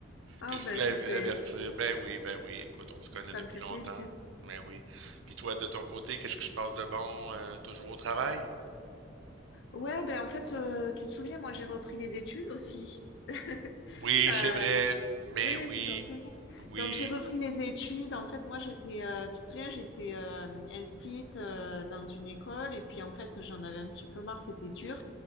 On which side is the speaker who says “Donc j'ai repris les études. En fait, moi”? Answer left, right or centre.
Left